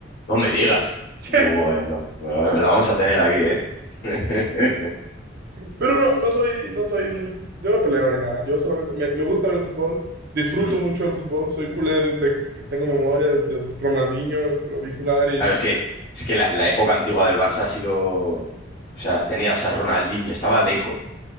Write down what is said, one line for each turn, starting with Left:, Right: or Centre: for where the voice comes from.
Left: No me digas.
Right: eh, <laughs>
Left: Bueno, bueno, la vamos a tener aquí, ¿eh? <laughs>
Right: pero no, no soy, no soy muy, yo no peleo ni nada. Yo solamente me, me gusta ver el fútbol, disfruto
Left: Mm.
Right: mucho del fútbol, soy culé desde que tengo memoria, desde Ronaldinho, lo vi jugar y,
Left: Claro, es que, es que la, la época antigua del Barça ha sido. O sea, tenías a Ronaldinho, estaba Deco.